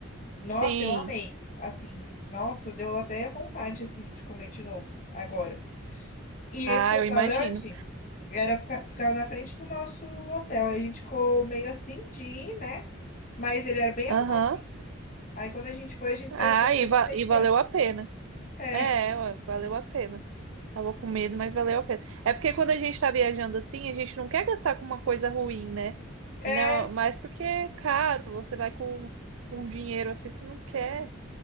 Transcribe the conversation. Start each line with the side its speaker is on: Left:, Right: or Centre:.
Left: Nossa,
Right: Sim.
Left: eu amei. Assim, nossa, deu até vontade assim de comer de novo agora. E
Right: Ah,
Left: esse restaurante
Right: eu imagino.
Left: era fica- ficava na frente do nosso hotel. Aí a gente ficou meio assim de ir, né? Mas ele era bem
Right: Aham.
Left: arrumadinho. Aí quando a gente foi, a gente
Right: Ah,
Left: se arrependeu
Right: e,
Left: de
Right: va-
Left: ter
Right: e
Left: ido
Right: valeu
Left: antes.
Right: a pena.
Left: É,
Right: É, ué, valeu a pena. Tava com medo, mas valeu a pena. É porque quando a gente tá viajando assim, a gente não quer gastar com uma coisa ruim, né?
Left: é,
Right: E não, mas porque é caro, você vai com, com dinheiro assim, você não quer